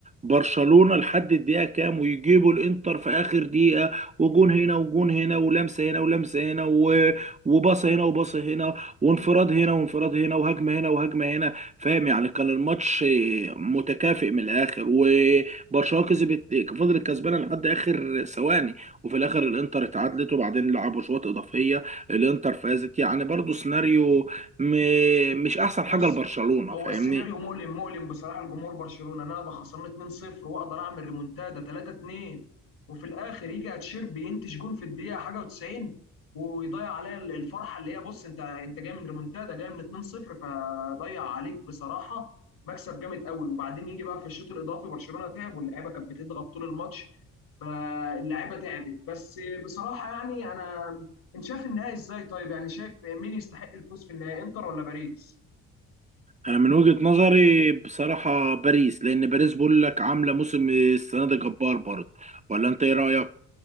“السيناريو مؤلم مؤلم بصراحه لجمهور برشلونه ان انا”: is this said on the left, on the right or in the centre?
Left